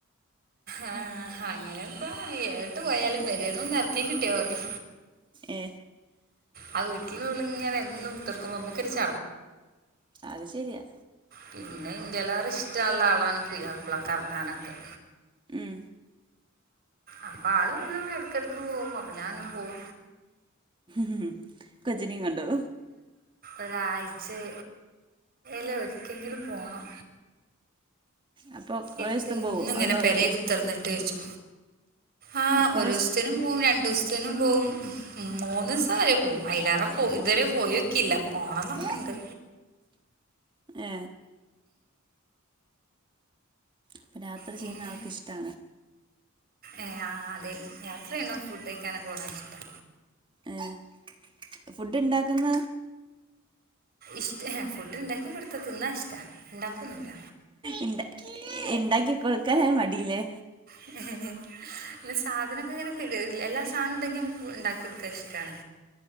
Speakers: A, on the right; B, on the right.
A: ആ അങ്ങനെപ്പ ഏട്ട് പോയാലും
B: നേരിക്ക്
A: പേരെന്നൊന്ന് എറക്കി കിട്ടിയ മതി
B: ഏ
A: ആ വീട്ടിൽന്നുള്ളിങ്ങെ എന്നും കുത്തർക്കുമോ നമ്മക്കൊരു ച
B: അത് ശരിയാ
A: പിന്നെ ന്റെലാറിഷ്ടള്ള ആളാണ് പുയാപ്പ്ള കറങ്ങാനൊക്കെ
B: ഉം
A: അപ്പൊ ആള് എടക്കിടക്ക് പോവും അപ്പ ഞാനും പോവും
B: ഉം കജിനി കണ്ടോ
A: ഒരാഴ്ചെ ല് ഒരിക്കെങ്കിലും പോണം
B: അപ്പോൾ കുറേ
A: എത്ത
B: ദിവസം
A: എന്നും
B: പോവോ
A: ഇങ്ങനെ
B: അതോ
A: പെരെ
B: രണ്ട് ദിവസം
A: കുത്തിർന്നിട്ട് ച്ചു ആ
B: കുറേ
A: ഒരുസ്ത്തേനും
B: ദിവസം-
A: പോവും രണ്ടുസ്ത്തേനും പോവും മൂന്ന്സം വരെ പോവും അയിലേറെ
B: അവിടെ
A: പോ
B: ഇവിടെയുണ്ട്
A: ഇതുവരെ പോയൊക്കില്ല പോണംന്നൊക്കെ
B: നോക്ക്
A: ഇണ്ട്
B: ഏ അപ്പം യാത്ര
A: പിന്നെ
B: ചെയ്യുന്ന ആൾക്കിഷ്ടാ
A: ഏ ആ അതെ യാത്രേണോ ഫുഡഴിക്കാനൊക്കെ പോണ ഇഷ്ടാ
B: ഏ ഫുഡ്ണ്ടാക്കുന്ന
A: ഇഷ്ടെ ഫുഡ് ഉണ്ടാക്കി കൊടുത്ത തിന്നാ ഇഷ്ടാ ഉണ്ടാക്കൊന്നുല്ല
B: ഇണ്ടാ ഇണ്ടാക്കി കൊടുക്കാൻ ഒരു മടിയില്ലല്ലേ
A: ഇ സാധനം <unintelligible> എല്ലാ സാധനംണ്ടെങ്കി നമുക്ക് ഇണ്ടാക്കി ഒടുക്കാൻ ഇഷ്ടാണ്